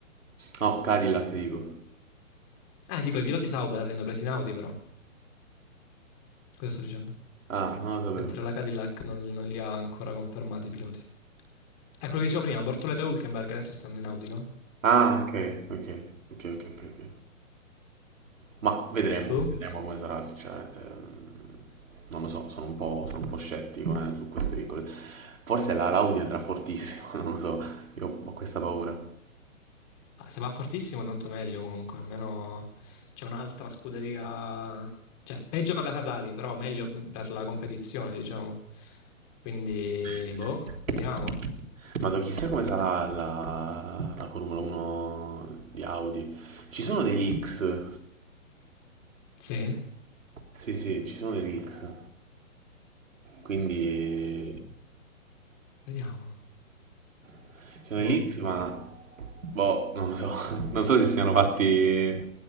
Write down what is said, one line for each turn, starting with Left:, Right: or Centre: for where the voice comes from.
Right: No, Cadillac dico.
Left: Eh, dico, i piloti Sauber li hanno presi in Audi, però. Cosa sto dicendo?
Right: Ah, non lo sapevo.
Left: mentre la Cadillac non, non li ha ancora confermati i piloti. È quello che dicevo prima, Bortoleto e Hülkenberg adesso stanno in Audi, no?
Right: Ah, ok, ok, ok, ok, ok. ok. Ma vedremo,
Left: Boom.
Right: vedremo come sarà, sinceramente. Mm, Non lo so, sono un po', sono un po' scettico eh, su queste piccole. Forse la Laudi andrà fortissimo, <laughs> non lo so, io ho questa paura.
Left: Ah, se va fortissimo tanto meglio comunque, almeno c'è un'altra scuderia, cioè peggio per la Ferrari, però meglio per la competizione, diciamo. Quindi,
Right: Sì, sì,
Left: boh,
Right: sì.
Left: vediamo.
Right: Ma chissà come sarà la, la Formula 1 di Audi. Ci sono dei leaks,
Left: Sì, eh,
Right: sì, sì, ci sono dei leaks. Quindi
Left: vediamo.
Right: ci sono
Left: Boh,
Right: dei leaks, ma boh, non lo so, <laughs> non so se siano fatti,